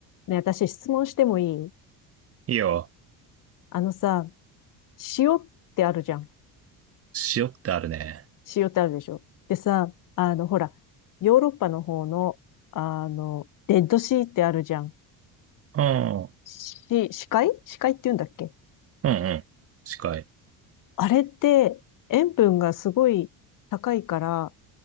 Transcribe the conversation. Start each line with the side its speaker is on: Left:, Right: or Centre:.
Left: ね、私質問してもいい
Right: いいよ。
Left: あのさ、塩ってあるじゃん。
Right: 塩ってあるね。
Left: 塩ってあるでしょ。でさ、あの、ほら、ヨーロッパの方の、あの、レッドシーってあるじゃん。
Right: うん。うん
Left: し、死海死海って言うんだっけ
Right: うん。近い。
Left: あれって、塩分がすごい高いから